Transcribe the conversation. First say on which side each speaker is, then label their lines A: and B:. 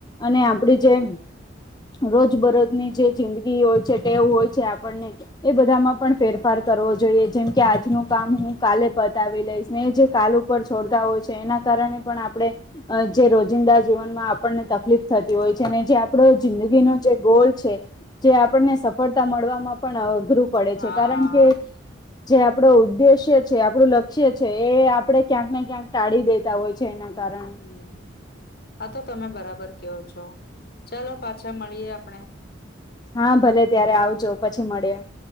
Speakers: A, on the left; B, on the left.
A: અને આપડી જેમ રોજબરોજની જે જિંદગી હોય છે. ટેવ હોય છે. આપડને એ બધામાં પણ ફેરફાર કરવો જોઈએ. જેમ કે આજનું કામ હું કાલે પતાવી લઈશ. ને જે કાલ ઉપર છોડતા એ કાર આપણે જે રોજિંદા જીવનમાં આપણને તકલીફ થતી હોય છે, ને જે આપડો જિંદગીનોો
B: હમ્મ
A: જે ગોલ છે, જે આપણને સફળતા મળવાવામાં પણ અઘરું પડે
B: હા
A: છે. કારણ કે જે આપણો ઉદ્દેશ્ય છે, આપણું લક્ષ્ય છે એ આપડે ક્યાંક ને ક્યાંક ટાળી દેતા હોય છે, એના કારણે
B: હમ્મ હા તો તમે બરાબર કેવો છો ચાલો પાછા મળીએ આપણે.
A: હા ભલે ત્યારે આવજો પછી મળે <inaudible>